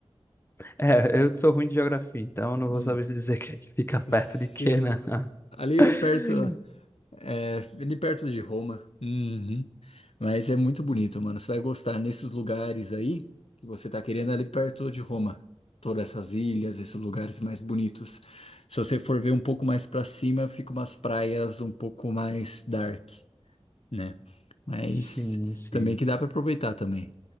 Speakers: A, on the left; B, on the left.
A: <laughs> é, eu sou ruim de geografia, então eu não
B: Hum.
A: vou saber se dizer <laughs> que que fica perto
B: Sim.
A: de quê, né?
B: Ali
A: <laughs>
B: perto, é, ali perto de Roma. Uhum. Mas é muito bonito, mano. Você vai gostar nesses lugares aí que você tá querendo ali perto de Roma. Todas essas ilhas, esses lugares mais bonitos. Se você for ver um pouco mais pra cima, fica umas praias um pouco mais dark, né? Mas
A: Sim, sim.
B: também que dá pra aproveitar também,